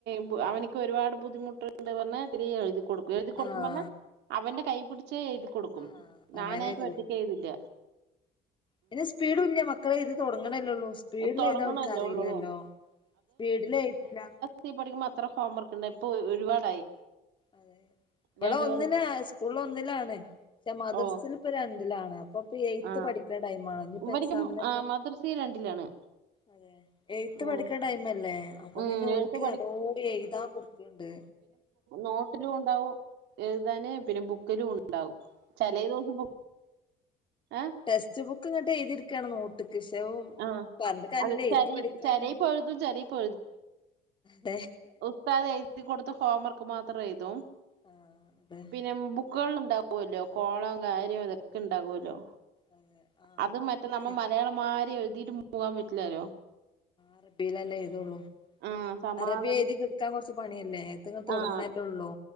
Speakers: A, on the right; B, on the left.
A: ബു അവന്ക്ക് ഒരുപാട് ബുദ്ധിമുട്ട്ണ്ട് പർന് ഇത്തിരി എഴുതി കൊടുക്കും. എഴ്തി കൊടുക്കും
B: ആഹ്
A: പറഞ്ഞ അവന്റെ കൈപുടിച്ച് എഴുതി കൊടുക്കും.
B: ആഹ്
A: ഞാനായിട്ട്
B: അങ്ങനെ എഴുതി
A: ഒറ്റക്ക്
B: കൊടുക്കണം
A: എഴതില്ല.
B: പിന്നെ സ്പീഡുല്യ. മക്കള് എഴുതി തുടങ്ങണല്ലെള്ളൂ. സ്പീഡിലെഴുതാ
A: തൊടങ്ങണല്ലേ
B: ഓൽക്ക് അറിയില്ലല്ലോ.
A: ഉള്ളൂ
B: സ്പീഡിലെഴുതൂല.
A: സീ പഠിക്കുമ്മ അത്ര ഹോംവർക്ക് ണ്ടായി. ഇപ്പൊ ഒ ഒരുപാട്
B: അതെന്നെ. ഇബളൊ
A: രണ്ടുപേരും
B: ഒന്നിലാ സ്കൂളിലൊന്നിലാണ്. ഷെ മദർസില്
A: ഓ
B: ഇപ്പൊ രണ്ടിലാണ്. അപ്പൊ പ്പെ ഏയ്ത്തെ
A: ആ
B: പഠിക്കണ ടൈമാണ്. ഇഞ്ഞിപ്പൊ
A: ഇവനിക്ക്
B: എക്സാമിനൊക്കെ
A: മദർസി രണ്ടിലാണ്
B: അതെ. ഏയ്ത്തെ
A: ഉം.
B: പഠിക്ക ടൈമല്ലേ. അപ്പൊ
A: ഉം,
B: പിന്നെ
A: എഴുത്ത്
B: ഓൽക്ക് അല്ലോ എഴുതാ കൊടുക്ക്ണ്ട്.
A: നോട്ടിലു ഉണ്ടാവും എഴുതാന്. പിന്നെ ബുക്കിലും ഉണ്ടാവും. ചലേ ദിവസം ബു ഏ?
B: ടെസ്റ്റ് ബുക്ക് ഇങ്ങട്ട് എഴുതിട്ക്കാണ് നോട്ട് കിശവും.
A: ആ
B: പർഞ്ഞിട്ട് കാര്യല്ലല്ലൊ
A: അത്
B: എയ്ത്ത്
A: ചരി
B: പഠിക്കാനാണ്
A: ചരയിപ്പ് എഴുതും ചരയിപ്പ്
B: തെ
A: സ്താദ് എഴുതി കൊട്ത്ത ഹോം വർക്ക് മാത്രം എഴുതും
B: ആഹ്. തെ
A: പിന്നെ ബുക്കുകൾള്ള് ണ്ടാവൊല്ലോ കോളം കാര്യം അതൊക്കെ ണ്ടാവൊല്ലോ.
B: അതെ ആ
A: അത്
B: അങ്ങനെയൊക്കെ
A: മറ്റേ നമ്മ
B: ചെയ്യ
A: മലയാളമ്മാരി എഴുതിയിട്ട് പൂവാൻ പറ്റിലാല്ലോ?
B: അറബിലല്ലേ എയ്തോള്ളൂ.
A: ആഹ് സമാധ
B: അറബി എഴുതി കിട്ടാൻ കൊർച്ച് പണിയല്ലേ. <unintelligible> തുടങ്ങണല്ലൊ
A: ആഹ്
B: ള്ളൂ.